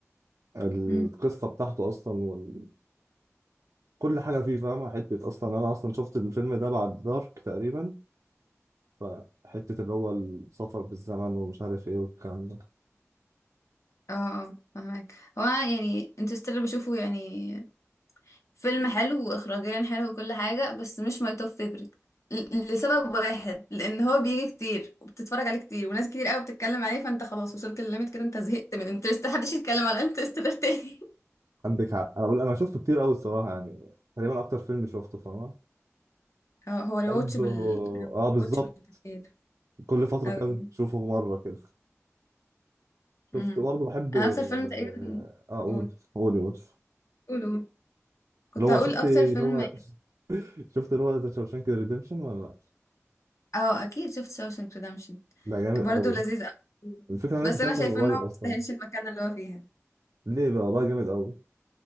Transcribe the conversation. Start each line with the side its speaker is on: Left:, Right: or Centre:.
Right: القصه
Left: امم
Right: بتاعته اصلا وال... كل حاجه فيه فاهمه حته اصلا انا اصلا شفت الفيلم ده بعد دارك تقريبا فحته اللي هو السفر بالزمن ومش عارف ايه والكلام ده
Left: اه اه فهمك هو أنا يعني انترستيلر بشوفه يعني فيلم حلو واخراجيا حلو وكل حاجه بس مش ماي توب فيفورت لسبب واحد لان هو بيجي كتير وبتتفرج عليه كتير وناس كتير قوي بتتكلم عليه فانت خلاص وصلت للليميت كده انت زهقت من انترستيلر محدش يتكلم على انترستيلر تاني
Right: عندك حق انا بقول انا شفته كتير قوي الصراحه يعني تقريبا اكتر فيلم شفته فاهمه
Left: <laughs> اه هو ريواتشبل
Right: برضه اه بالظبط
Left: ريواتشبل <laughs> كتير
Right: كل فتره
Left: قوي
Right: كده
Left: يعني
Right: بشوفه مره كده شفت
Left: امم
Right: برضه بحب
Left: انا اكتر فيلم تقريبا
Right: آه، اقول
Left: قول
Right: قول يا باشا
Left: قول قول كنت
Right: اللي هو
Left: هقول
Right: شفت
Left: اكتر
Right: اللي
Left: فيلم
Right: هو <laughs> شفت اللي هو ذا شاوشانك ريديمشن ولا لا
Left: اه اكيد شفت شاوشانك ريدمشن
Right: ده جامد
Left: برضه
Right: قوي
Left: لذيذ قوي
Right: الفكره انا
Left: بس
Right: لسه شايفه
Left: انا شايفه
Right: من قريب
Left: انه ما
Right: اصلا
Left: يستاهلش المكان اللي هو فيها
Right: ليه بقى والله جامد قوي